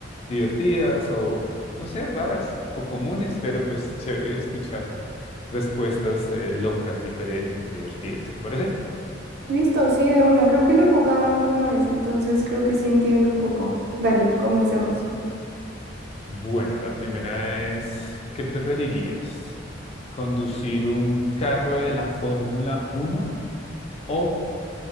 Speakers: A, on the left; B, on the right.
A: divertidas o, no sé, raras o comunes, pero pues chévere escuchar respuestas eh, locas, diferentes, divertidas, ¿te parece?
B: Listo, sí, de una. Creo que lo he jugado alguna vez, entonces creo que sí entiendo un poco. Dale, comencemos.
A: Bueno, la primera es, ¿qué preferirías? ¿Conducir un carro de la Fórmula uno o